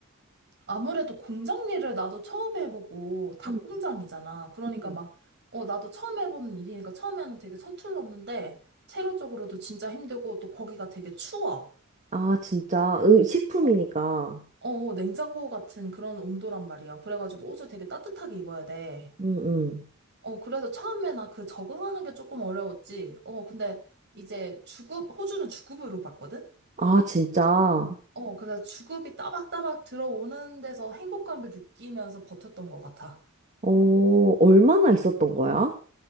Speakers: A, on the right; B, on the right.
A: 아무래도 공장 일을 나도 처음 해보고 닭
B: 응
A: 공장이잖아. 그러니까
B: 응.
A: 막, 어, 나도 처음 해보는 일이니까 처음에는 되게 서툴렀는데, 체력적으로도 진짜 힘들고, 또 거기가 되게 추워.
B: 아, 진짜. 음, 식품이니까.
A: 어. 어, 냉장고 같은 그런 온도란 말이야. 그래가지고 옷을 되게 따뜻하게 입어야 돼.
B: 응, 응.
A: 어, 그래서 처음에 나 그 적응하는 게 조금 어려웠지. 어, 근데 이제 주급, 호주는 주급으로 봤거든?
B: 아, 진짜.
A: 어, 그래서 주급이 따박따박 들어오는 데서 행복감을 느끼면서 버텼던 것 같아.
B: 어, 얼마나 있었던 거야?